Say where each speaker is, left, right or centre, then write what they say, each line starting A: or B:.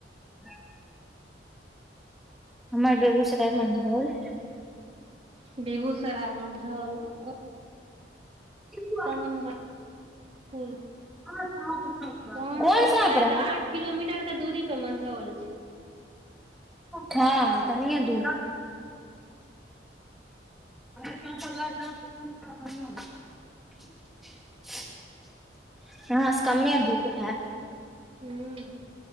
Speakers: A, in the centre; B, on the right.
A: ब हमर बेगूसराय मंझौल।
B: बेगूसराय मंझौल अ
A: ह
B: <unintelligible> पुर
A: कोन
B: वहां से
A: साँप
B: शायद
A: रहै
B: आठ किलोमीटर के दूरी पर मंझौल छै।
A: हँ तकिये दूर <inaudible> <unintelligible>
B: हू।